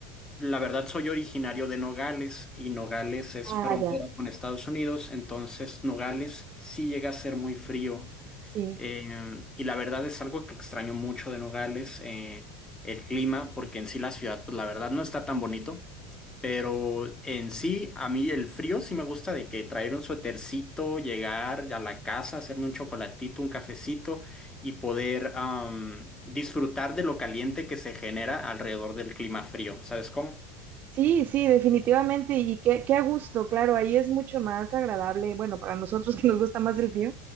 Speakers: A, on the left; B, on the right.
A: la verdad soy originario de Nogales y Nogales es
B: Ah,
A: frontera
B: ya,
A: con Estados Unidos, entonces Nogales sí llega a ser muy frío
B: sí.
A: eh, y la verdad es algo que extraño mucho de Nogales, eh, el clima, porque en sí la ciudad, pues la verdad no está tan bonito. Pero en sí, a mí el frío sí me gusta de que traer un suétercito, llegar a la casa, hacerme un chocolatito, un cafecito y poder am, disfrutar de lo caliente que se genera alrededor del clima frío. ¿Sabes cómo?
B: Sí, sí, definitivamente. Y qué, qué a gusto, claro, ahí es mucho más agradable, bueno, para nosotros <laughs> que nos gusta más el frío,